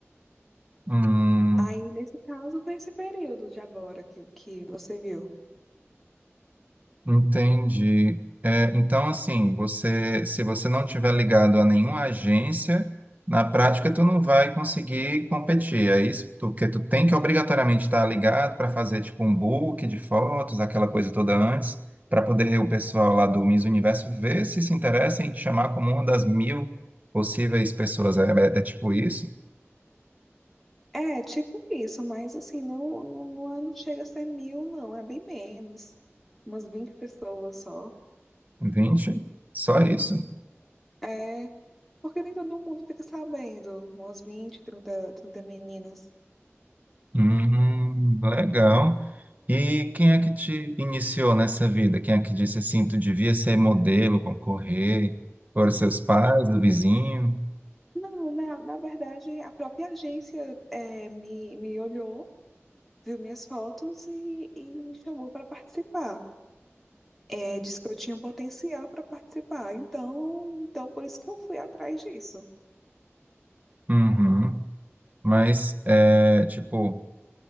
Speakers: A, on the right; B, in the centre.
A: Hum,
B: Aí, nesse caso, foi esse período de agora que, que você viu.
A: Entendi. É, então, assim, você, se você não tiver ligado a nenhuma agência, na prática tu não vai conseguir competir. É isso, Tu- porque tu tem que obrigatoriamente estar ligado para fazer tipo um book de fotos, aquela coisa toda antes, para poder o pessoal lá do Miss Universo ver se se interessa em te chamar como uma das mil possíveis pessoas. É, é- é tipo isso?
B: É, tipo isso, mas assim, não, não, não chega a ser mil, não, é bem menos. Umas 20 pessoas só.
A: vinte, Só isso?
B: É, porque nem todo mundo fica sabendo, umas 20, trinta, trinta meninas.
A: Hum, legal. E quem é que te iniciou nessa vida? Quem é que disse assim, tu devia ser modelo, concorrer? Foram seus pais, o vizinho?
B: Não, na, na verdade, a própria agência é, me, me olhou, viu minhas fotos e, e me chamou para participar. É, disse que eu tinha potencial para participar, então, então por isso que eu fui atrás disso.
A: Uhum. Mas, é, tipo,